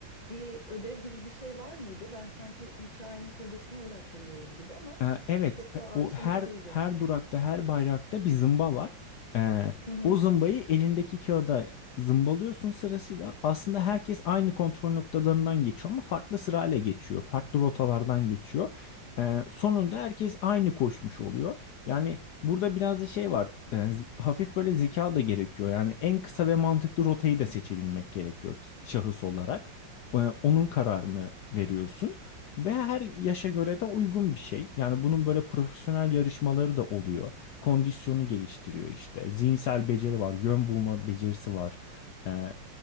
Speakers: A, on the left; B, on the left.
A: bir ödev gibi bir şey var mıydı? Ben sanki hikayenin kurgusunu öyle hatırlıyorum gibi ama
B: Ee, Evet,
A: çok
B: e,
A: da aşina
B: o her
A: değilim.
B: her durakta, her bayrakta bir zımba var. Ee,
A: Hı hı.
B: o zımbayı elindeki kağıda zımbalıyorsun sırasıyla. Aslında herkes aynı kontrol noktalarından geçiyor ama farklı sırayla geçiyor, farklı rotalardan geçiyor. Ee, sonunda herkes aynı koşmuş oluyor. Yani burada biraz da şey var, e, z- hafif böyle zeka da gerekiyor. Yani en kısa ve mantıklı rotayı da seçebilmek gerekiyor ki- şahıs olarak. Ee, onun kararını veriyorsun. Ve her yaşa göre de uygun bir şey. Yani bunun böyle profesyonel yarışmaları da oluyor. Kondisyonu geliştiriyor işte. Zihinsel beceri var, yön bulma becerisi var. Ee,